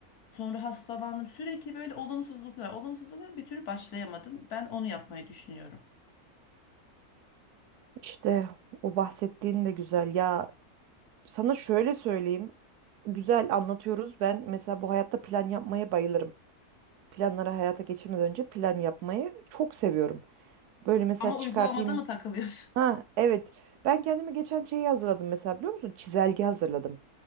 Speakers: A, on the left; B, on the right.
A: Sonra hastalandım. Sürekli böyle olumsuzluklar, olumsuzluklar bir türlü başlayamadım. Ben onu yapmayı düşünüyorum.
B: İşte o bahsettiğin de güzel ya Sana şöyle söyleyeyim. Güzel anlatıyoruz. Ben mesela bu hayatta plan yapmaya bayılırım. Planları hayata geçirmeden önce plan yapmayı çok seviyorum. Böyle mesela
A: Ama
B: çıkartayım.
A: uygulamada mı takılıyorsun?
B: Ha
A: <laughs>
B: evet. Ben kendime geçen şeyi hazırladım mesela biliyor musun? Çizelge hazırladım.